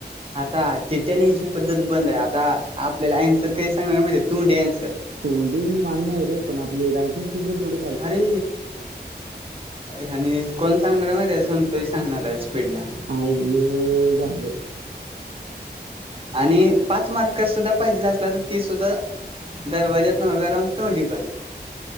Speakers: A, on the right; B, on the right.
A: आता चिठ्ठ्या न्यायची पद्धत बंद आहे आता आपल्याला अन्सर <inaudible> सांगणार माहिती आहे तोंडी अन्सर
B: तोंडी मान्य आहे रे पण आपली रायटिंकपेपर तेवढ
A: अरे आणि कोण सांगणार माहितीये का संतोष सांगणार आहे. स्पीडनं
B: <inaudible> झाले.
A: आणि पाच मार्क सुद्धां पाहिजे असला तर ती सुद्धा दरवाज्यातून उभा राहून तोंडी पण